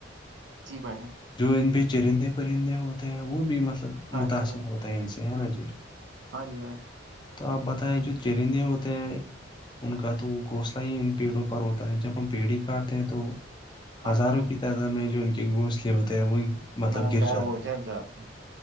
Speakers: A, on the right; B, on the left.
A: جی بجا
B: جو ان پہ چرندے پرندے ہوتے ہیں وہ بھی مطلب
A: ہاں
B: متاثر
A: جی بھائی
B: ہوتے ہیں ان سے ہے نا جی
A: ہاں جی بائی
B: تو آپ بتائیں جو چرندے ہوتے ہیں ان کا تو گونسلہ ہی ان پیڑوں پر ہوتا جب ہم پیڑھی کاٹتے ہیں تو
A: ہاں
B: ہزاروں
A: جی بھائی
B: کی تعداد میں جو ان کے گھسلے ہوتے ہیں وہ مطلب
A: ہاں
B: گر
A: گھر
B: جاتے
A: اجڑ
B: ہیں
A: جاتے ہیں